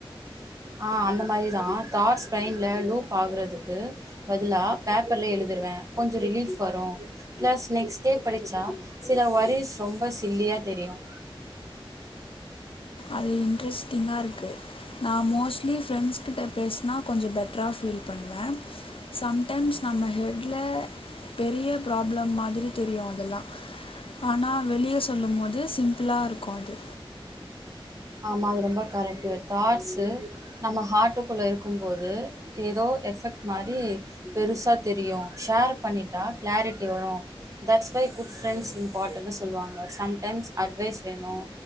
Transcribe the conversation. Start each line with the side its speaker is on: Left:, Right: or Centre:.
Right: ஆஹ அந்த மாரி தான் தாட்ஸ் பிரைன்ல லூப் ஆகுறதுக்கு பதிலா பேப்பர்ல எழுதிர்வேன் கொஞ்சம் ரிலீஃப் வரும் பிளஸ் நெக்ஸ்ட் டே படிச்சா சில வொரிஸ் ரொம்ப சில்லியா தெரியும்
Left: அது இன்ட்ரெஸ்டிங்காக இருக்குது நான் மோஸ்ட்லி ஃப்ரெண்ட்ஸ்கிட்ட பேசினா கொஞ்சம் பெட்டரா ஃபீல் பண்ணுவேன் சம்டைம்ஸ் நம்ம ஹெட்ல பெரிய ப்ராப்ளம் மாதிரி தெரியும் அதெல்லாம் ஆனா வெளிய சொல்லும் போது சிம்பிளா இருக்கும் அது
Right: ஆமா அது ரொம்ப கரெக்டு தாட்ஸு நம்ம ஹார்ட்டுக்குள்ள இருக்கும் போது எதோ எஃபெக்ட் மாரி பெருசா தெரியும் ஷேர் பண்ணிட்டா கிளாரிட்டி வரும் தட்ஸ் ஒய் குட் ஃப்ரெண்ட்ஸ் இம்பார்ட்டன்னு சொல்லுவாங்க சம்டைம்ஸ் அட்வைஸ் வேணும்